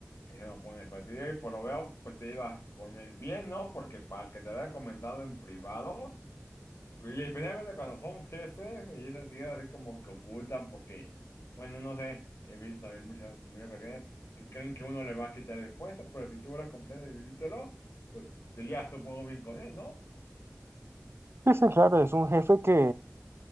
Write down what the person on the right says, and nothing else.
Sí, sí, claro, es un jefe que